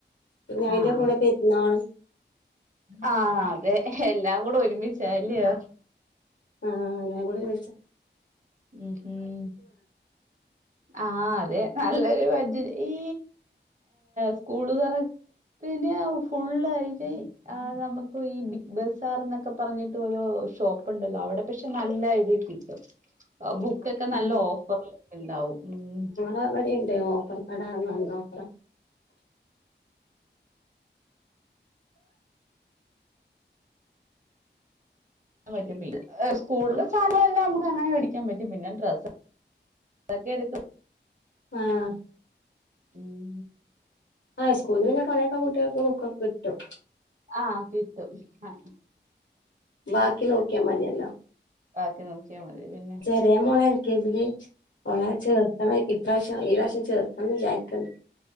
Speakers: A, on the left; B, on the right.
A: പിന്നെ അയ്ന്റെ
B: ആഹ്
A: കൂടെ പെര്ന്നാളും
B: ആഹ് അതെ എല്ലാം കൂടെ ഒരുമിച്ചാല്യോ
A: ആഹ് എല്ലാ കൂടെ ഒര്മിച്ച
B: ഉം ഉം ആഹ് അതെ നല്ലൊരു ബജ ഈ സ്കൂള് തൊ പിന്നെ ഫുള്ളായിറ്റ് ആഹ് നമ്മക്ക് ഈ ബിഗ് ബസാർ എന്നക്കെ പറഞ്ഞിട്ട് ഓരോ ഷോപ്പ്ണ്ടല്ലോ അവടെ പക്ഷെ നല്ല ഇതി കിട്ടും ബുക്കൊക്കെ നല്ല
A: ആഹ്
B: ഓഫർലൊക്കെ ഉണ്ടാവും ഉം
A: ആഹ് ഇവിടിണ്ട് ഓഫർ കടാ നല്ല ഓഫറാ
B: <unintelligible> സ്കൂളിലെ സാനങ്ങളെല്ലാം നമ്മക്ക് അങ്ങനെ വെടിക്കാൻ പറ്റും പിന്നെ ഡ്രെ സ്സൊക്കെ എട്ക്കും
A: ആഹ്
B: ഉം
A: ആഹ് സ്കൂളില് പിന്നെ കൊറെക്കെ കുട്ടികൾക്ക് ബുക്കൊക്കെ കിട്ടും
B: ആഹ് കിട്ടും ആഹ്
A: ബാക്കി നോക്കിയാ മതിയല്ലോ
B: ബാക്കി നോക്കിയാ മതി പിന്നെ
A: ദിയ മോള് എൽ കെ ജി ല് ഓളെ ചേർത്തണം ഇപ്രാവശ്യം ഈ വർഷം ചേർത്തന്ന് വിചാരിക്ക്ണ്ട്